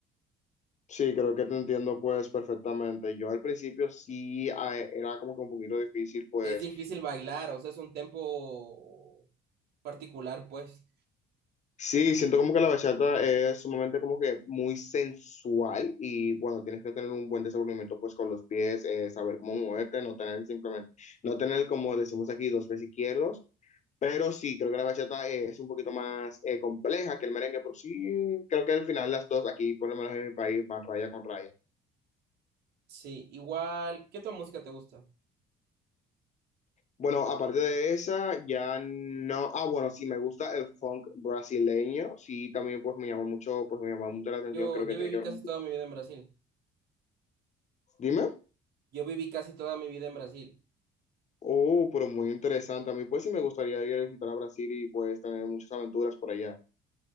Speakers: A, on the left; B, on the right.
A: Sí, creo que te entiendo pues perfectamente. Yo al principio sí ah, era como que un poquito difícil pues
B: Es Ya. difícil bailar, o sea, es un tempo particular, pues.
A: Sí, siento como que la bachata es sumamente como que muy sensual y bueno, tienes que tener un buen desenvolvimiento pues con los pies, eh, saber cómo moverte, no tener simplemente, no tener como decimos aquí dos pies izquierdos, pero sí, creo que la bachata eh, es un poquito más eh, compleja que el merengue, pero sí, creo que al final las dos aquí, por lo menos en mi país, van raya con raya.
B: Sí, igual, ¿qué otra música te gusta?
A: Bueno, aparte de esa, ya no, ah bueno, sí me gusta el funk brasileño, sí, también pues me llama mucho, pues me llama mucho la atención,
B: Yo,
A: creo
B: yo
A: que tiene
B: viví
A: que ver,
B: casi toda mi vida en Brasil.
A: dime.
B: Yo viví casi toda mi vida en Brasil.
A: Oh, pero muy interesante. A mí pues sí me gustaría ir a visitar a Brasil y pues tener muchas aventuras por allá.